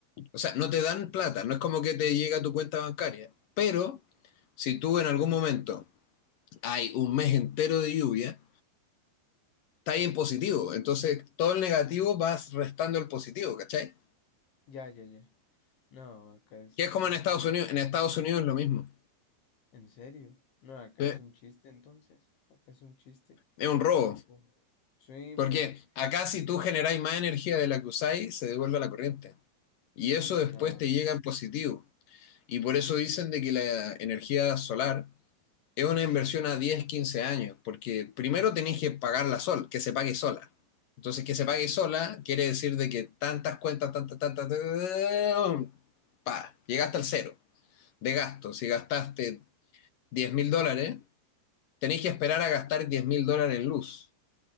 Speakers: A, on the left; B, on the left.
A: O sea, no te dan
B: Dios.
A: plata, no es como que te llega a tu cuenta bancaria, pero si tú en algún momento hay un mes entero de lluvia, está ahí en positivo, entonces todo el negativo vas restando el positivo, ¿cachai?
B: Ya, ya, ya. No, acá es
A: Que es como
B: una...
A: en Estados Unidos, en Estados Unidos es lo mismo,
B: ¿En serio? No, acá
A: ¿sí?
B: es un chiste entonces. Acá es un chiste.
A: es un robo.
B: Fu- Sí,
A: Porque
B: pues...
A: acá si tú generáis más energía de la que usáis, se devuelve a la corriente. Y eso después
B: No,
A: te
B: no
A: llega
B: puede.
A: en positivo. Y por eso dicen de que la energía solar es una inversión a 10, 15 años. Porque primero tenéis que pagarla sol, que se pague sola. Entonces, que
B: Ujú,
A: se pague sola quiere decir de que tantas cuentas, tantas, tantas, tan, pa, llegaste al cero de gasto. Si gastaste diez mil dólares, tenéis que esperar a gastar diez mil dólares en luz